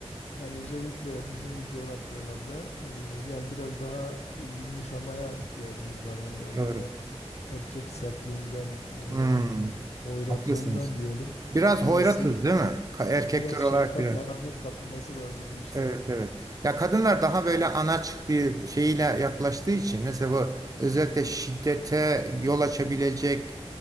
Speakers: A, on the left; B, on the right.
A: yani özellikle bizim bu coğrafyalarda e, yani biraz daha yumuşamaya ihtiyacımız var. Yani o
B: Doğru.
A: böyle erkek sertliğinden,
B: Hmm,
A: e, hoyratlığından
B: haklısınız.
A: diyelim
B: Biraz hoyratız
A: biraz sıyrılıp
B: değil mi? Ka- Erkekler
A: Biraz şefkat,
B: olarak biraz.
A: merhamet katılması lazım bu işlere.
B: Evet evet. Ya kadınlar daha böyle anaç bir şeyle yaklaştığı için mesela bu özellikle şiddete yol açabilecek